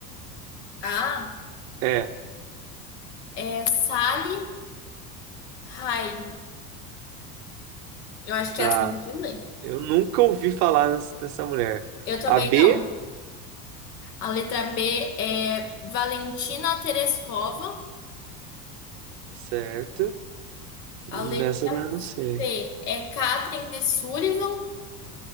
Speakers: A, on the left (about 80°); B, on the right (about 65°).
A: Ah,
B: É,
A: é Sally Ride. Eu acho que
B: tá.
A: é assim que lê.
B: Eu nunca ouvi falar nes- dessa mulher.
A: Eu também
B: A B,
A: não. A letra B é Valentina Tereskova.
B: certo. Nessa
A: A letra
B: eu não sei.
A: C é Catherine de Sullivan.